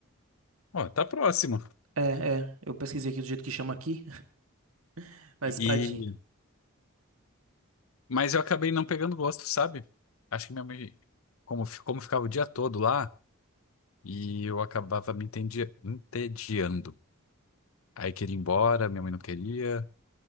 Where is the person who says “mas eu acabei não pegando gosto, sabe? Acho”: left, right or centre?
Left